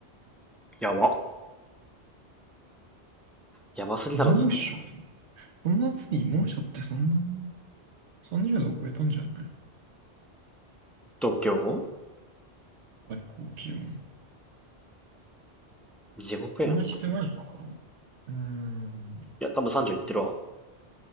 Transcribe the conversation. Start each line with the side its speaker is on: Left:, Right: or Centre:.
Centre: やば。やばすぎだろ。
Right: 猛暑この夏に猛暑ってそんなに ?30 度を超えたんじゃない
Centre: 東京
Right: 最高気温。
Centre: 地獄やん、
Right: この言ってないか。
Centre: もう。い
Right: うーん。
Centre: や、多分30行ってるわ。